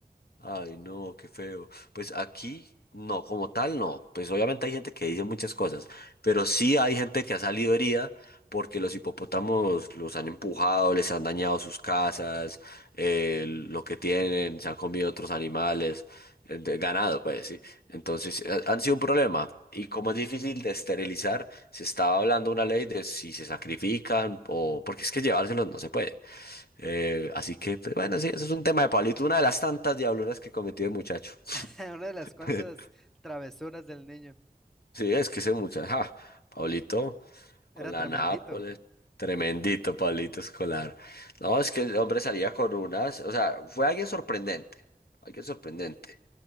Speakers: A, on the left (about 85°); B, in the centre.
A: Ay, no, qué feo. Pues aquí, no, como tal, no. Pues obviamente hay gente que dice muchas cosas, pero sí hay gente que ha salido herida porque los hipopótamos los han empujado, les han dañado sus casas, eh, lo que tienen, se han comido otros animales, eh, de- ganado, pues sí. Entonces, ha- han sido un problema. Y como es difícil de esterilizar, se estaba hablando una ley de si se sacrifican o porque es que llevárselos no se puede. Eh, así que, pues, bueno, sí, eso es un tema de Pablito, una de las tantas diabluras que cometió el muchacho.
B: <laughs> Una de las
A: <laughs>
B: cuantas travesuras del niño.
A: Sí, es que ese muchacho, ja, Pablito
B: Era
A: con la
B: tremendito.
A: Nápoles, tremendito Pablito Escolar. No, es que el hombre salía con unas, o sea, fue alguien sorprendente, alguien sorprendente.